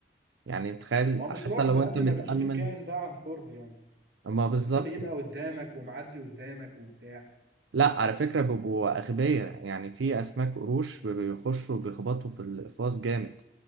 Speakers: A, on the right; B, on the right.
A: يعني تخيل
B: هو
A: حتى
B: مش رعب
A: لو
B: قد
A: أنت متأمن
B: ما بتشوف الكائن ده عن قرب يعني
A: ما بالظبط
B: بس انت بيبقى قدامك ومعدي قدامك وبتاع
A: لا على فكرة بيبقوا أغبياء يعني في أسماك قروش بيبقوا بيخشوا وبيخبطوا في الأقفاص جامد